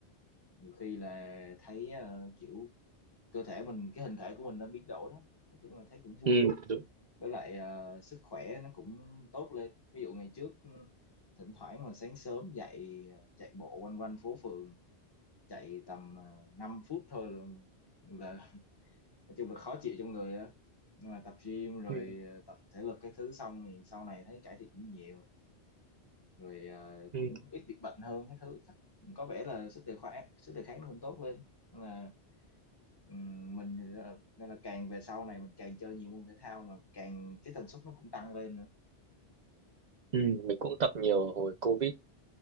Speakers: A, on the left; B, on the right.
A: nhiều khi là thấy ờ, kiểu cơ thể mình cái hình thể của mình nó biến đổi á nói chung là thấy cũng vui
B: ừ đúng
A: với lại ờ, sức khỏe nó cũng tốt lên ví dụ ngày trước ừ, thỉnh thoảng mà sáng sớm dậy ờ, chạy bộ quanh quanh phố phường chạy tầm ờ, 5 phút thôi luôn, là nói chung là khó chịu trong người á nhưng mà tập gym rồi
B: ừ.
A: ờ, tập thể lực cái thứ xong thì sau này thấy cải thiện cũng nhiều rồi ờ,
B: Ừ.
A: cũng ít bị bệnh hơn cái thứ chắc có vẻ là sức đề kháng sức đề kháng nó cũng tốt lên nên là ừm, mình thì đó- nên là càng về sau này mình càng chơi nhiều môn thể thao mà càng cái tần suất nó cũng tăng lên nữa
B: Ừ. mình cũng tập nhiều hồi covid